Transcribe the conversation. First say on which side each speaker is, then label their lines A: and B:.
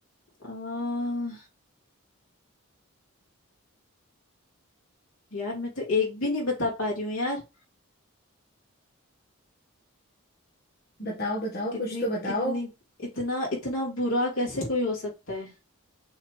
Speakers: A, on the left; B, on the left.
A: आ, यार मैं तो एक भी नहीं बता पा रही हूँ यार
B: बताओ बताओ
A: कितनी
B: कुछ तो बताओ
A: कितनी इतना इतना बुरा कैसे कोई हो सकता है